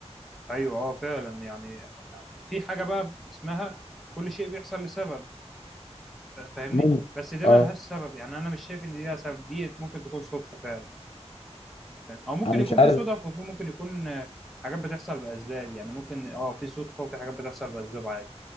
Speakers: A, in the centre; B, on the left (about 55°).
A: ايوه اه فعلا يعني يعني في حاجه بقى اسمها كل شيء بيحصل لسبب ف- فاهمني
B: ممكن
A: بس ده
B: أه
A: ملهاش سبب يعني انا مش شايف ان دي لها سبب دي ممكن تكون صدفه فعلا فاهم او ممكن
B: أنا مش
A: يكون
B: عارف
A: في صدف وفي ممكن يكون آه، حاجات بتحصل باسباب يعني ممكن اه في صدفه وفي حاجات بتحصل باسباب عادي